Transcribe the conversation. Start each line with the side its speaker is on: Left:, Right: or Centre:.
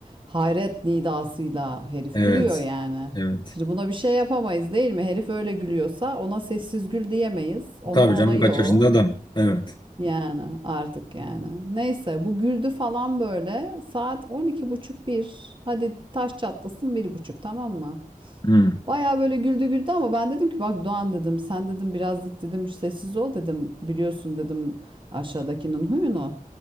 Right: hayret nidasıyla herif
Left: Evet.
Right: gülüyor yani.
Left: Evet.
Right: Şimdi buna bir şey yapamayız değil mi? Herif öyle gülüyorsa ona sessiz gül diyemeyiz. Onun
Left: Tabii
Right: olayı
Left: canım kaç
Right: o.
Left: yaşında adam. Evet.
Right: Yani artık yani. Neyse bu güldü falan böyle saat on iki buçuk bir. Hadi taş çatlasın bir buçuk tamam mı?
Left: Hı.
Right: Baya böyle güldü güldü ama ben dedim ki bak Doğan dedim sen dedim birazcık dedim sessiz ol dedim biliyorsun dedim aşağıdakinin huyunu.